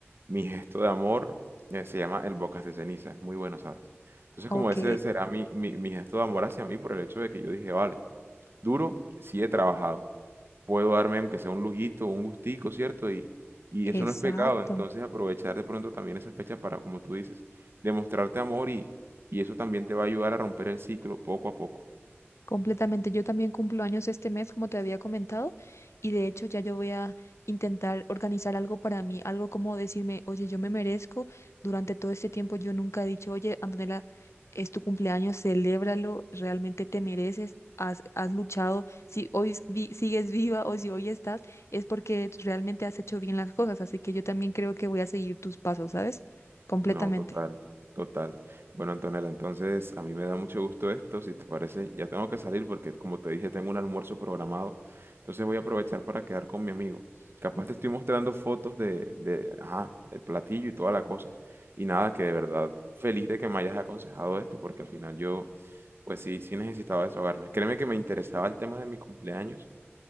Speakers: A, on the right (about 60°); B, on the left (about 85°).
A: mi gesto de amor. Eh, se llama el Bocas de Ceniza, es muy bueno, ¿sabes? Entonces
B: ok,
A: como ese será mi, mi, mi gesto de amor hacia mí por el hecho de que yo dije, vale, duro, sí he trabajado puedo darme aunque sea un lujito, un gustico, ¿cierto? Y, y
B: exacto.
A: eso no es pecado, entonces aprovechar de pronto también esa fecha para, como tú dices, demostrarte amor y, y eso también te va a ayudar a romper el ciclo poco a poco.
B: Completamente. Yo también cumplo años este mes, como te había comentado, y de hecho ya yo voy a intentar organizar algo para mí, algo como decirme, oye, yo me merezco. Durante todo este tiempo yo nunca he dicho, oye, Antonella, es tu cumpleaños, celébralo, realmente te mereces, has, has luchado. Si hoy s- vi- sigues viva o si hoy estás, es porque realmente has hecho bien las cosas. Así que yo también creo que voy a seguir tus pasos, ¿sabes? Completamente.
A: No, total, total. Bueno, Antonella, entonces a mí me da mucho gusto esto, si te parece, ya tengo que salir porque como te dije, tengo un almuerzo programado, entonces voy a aprovechar para quedar con mi amigo. Capaz te estoy mostrando fotos de, de, ajá, el platillo y toda la cosa. Y nada, que de verdad feliz de que me hayas aconsejado esto, porque al final yo, pues sí, sí necesitaba desahogarme. Créeme que me interesaba el tema de mi cumpleaños,